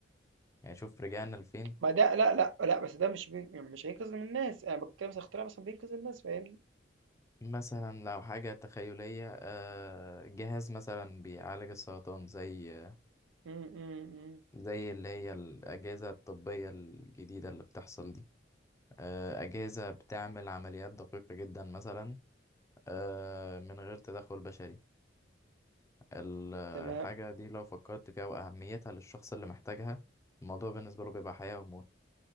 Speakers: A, on the left; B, on the right.
A: يعني شوف رجعنا لفين
B: ما ده لا لا لا بس ده مش بي... مش هينقذ من الناس انا بتكلم مثلا اختراع مثلا بينقذ الناس فاهمني
A: مثلا لو حاجة تخيلية آه جهاز مثلا بيعالج السرطان زي
B: م- م- م.
A: زي اللي هي الأجهزة الطبية الجديدة اللي بتحصل دي آه، أجهزة بتعمل عمليات دقيقة جدا مثلا آه، من غير تدخل بشري الحاجة
B: تمام
A: دي لو فكرت فيها وأهميتها للشخص اللي محتاجها الموضوع بالنسبة له بيبقى حياة وموت